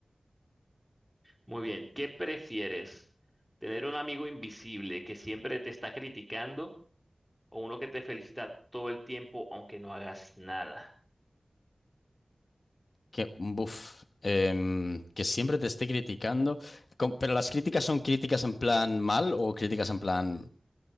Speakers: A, in the centre; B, on the left.
A: Muy bien, ¿qué prefieres? ¿Tener un amigo invisible que siempre te está criticando o uno que te felicita todo el tiempo aunque no hagas nada?
B: Que, buf, em, que siempre te esté criticando. Com- Pero las críticas son críticas en plan mal o críticas en plan,